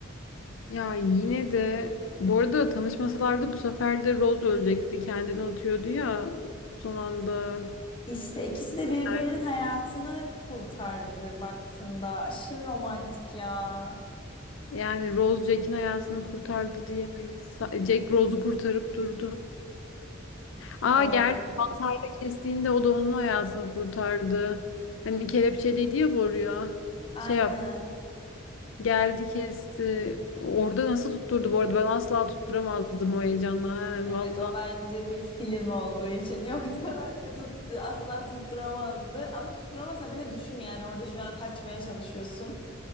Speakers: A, on the left; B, on the left.
A: Ya yine de bu arada tanışmasalardı bu sefer de Rose ölecekti. Kendini atıyordu ya son anda.
B: İşte ikisi de birbirinin
A: Yani
B: hayatını kurtardı baktığında. Aşırı romantik ya.
A: Yani Rose Jack'in hayatını kurtardı diyemeyiz. Sa- Jack Rose'u kurtarıp durdu. Aa
B: Doğru.
A: gerçi baltayla kestiğinde o da onun hayatını kurtardı. Hani kelepçeliydi ya boruya.
B: <laughs> Aynen.
A: Şey yap, geldi kesti. Orada nasıl tutturdu bu arada? Ben asla tutturamazdım o heyecanla. He,
B: Evet
A: vallahi.
B: o bence bir film olduğu için. <laughs> Yoksa bence tuttu, asla tutturamazdı. Ama tutturamasa bile düşün yani orada şu an kaçmaya çalışıyorsun.